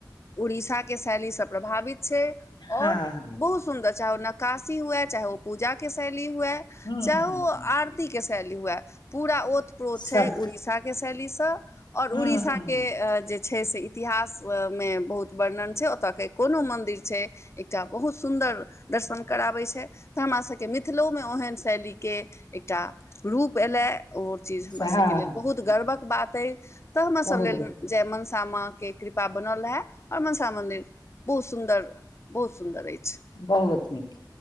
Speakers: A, on the left; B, on the left.
A: उड़ीसा के शैलीसँ प्रभावित छै आओर
B: हँ हँ
A: बहुत। सुन्दर छै चाहे ओ नक्कासी हुए चाहे ओ पूजा केँ शैली हुए
B: हूँ
A: चाहे
B: हूँ
A: ओ
B: हूँ
A: आर ती केँ शैली हुए पूरा ओतप्रोत
B: सब
A: छै उड़ीसा केँ शैलीसँ। आओर
B: हूँ
A: उड़ीसा
B: हूँ
A: केँ
B: हूँ
A: अ जे। छै से इतिहासमे बहुत वर्णन छै ओतऽ केँ कोनो मन्दिर छै। एकटा बहुत सुन्दर दर्शन कराबै छै तऽ हमरा सभ। केँ मिथिलोमे ओहन शैलीके एकटा रूप एलै ओर चीज
B: हँ
A: हमरा सभके लेल।
B: हँ
A: बहुत गर्वक बात अइ तऽ हमर
B: बहुत
A: सभ लेल जय मनसामा केँ कृपा बनल रेहा। आ मनसा मन्दिर बहुत सुन्दर बहुत सुन्दर अछि।
B: बहुत नीक